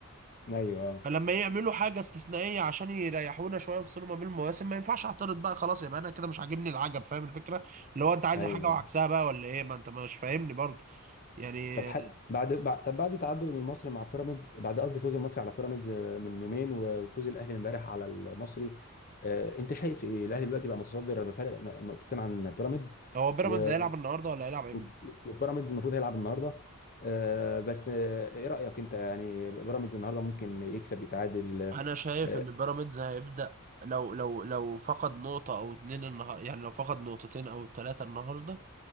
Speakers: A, on the left (about 40°); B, on the right (about 35°).
A: ايوه
B: فلما يعملوا حاجه استثنائيه عشان يريحونا شويه ويفصلوا ما بين المواسم ما ينفعش اعترض بقى خلاص يبقى انا كده مش عاجبني العجب فاهم الفكره اللي هو انت عايز
A: ايوه
B: حاجه وعكسها بقى ولا ايه ما انت مش فاهمني برضو يعني
A: طب حل... بعد بع- طب بعد تعادل المصري مع بيراميدز بعد قصدي فوز المصري على بيراميدز آه، من يومين و- وفوز الاهلي امبارح على المصري آه، انت شايف ايه الاهلي دلوقتي بقى متصدر بفارق ن- نقطتين عن بيراميدز
B: هو بيراميدز
A: و-
B: هيلعب النهارده ولا هيلعب امتى؟
A: و- وبيراميدز المفروض هيلعب النهارده آه، بس آه، ايه رايك انت يعني بيراميدز النهارده ممكن يكسب يتعادل
B: انا شايف
A: آه،
B: ان بيراميدز هيبدأ لو لو لو فقد نقطة او اتنين النهارده يعني لو فقد نقطتين او ثلاثة النهارده